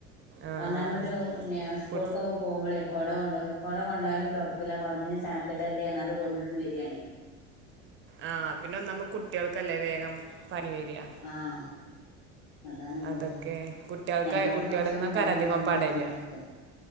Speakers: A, on the right; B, on the left.
A: ആഹ്
B: ഒന്നാമത് പിന്നെ സ്കൂൾക്കൊക്കെ
A: കു
B: പോവുമ്പോളേ കൊട കൊണ്ടോയ്ന്ന് കൊട കൊണ്ടായാലും തൊർക്കില്ല കൊറഞ്ഞ ചാറ്റലല്ലേ അർഞ് അത് കൊണ്ട് ഈണ്ട് വെരാണേ
A: ആഹ് പിന്നെ ഒന്നാമത് കുട്ടിയാൾക്കല്ലേ വേഗം പനി വെരാ
B: ആഹ് അതാണ്ല്ലത്.
A: അതൊക്കെ കുട്ടികൾക്ക്
B: ഞമ്മൾത്
A: കുട്ടികളിൽ
B: കൊർച്ചൊക്കെ
A: നിന്നൊക്കെ
B: ഇണ്ടായാലും ഞമ്മൾ
A: അധികം
B: അങ്ങനെ
A: പടരുക
B: കൊണ്ടട്ക്കും